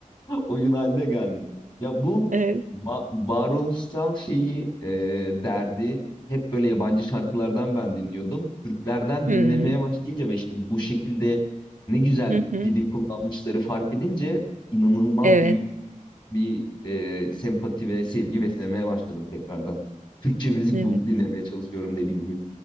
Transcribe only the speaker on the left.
oyun haline geldi. Ya bu
va- varoluşsal şeyi e, derdi hep böyle yabancı şarkılardan ben dinliyordum. Türklerden
dinlemeye başlayınca ve işte bu şekilde ne güzel
dili kullanmışları fark edince inanılmaz
büyük bir e, sempati ve sevgi beslemeye başladım tekrardan. Türkçe müzik
bul- dinlemeye çalışıyorum deli gibi.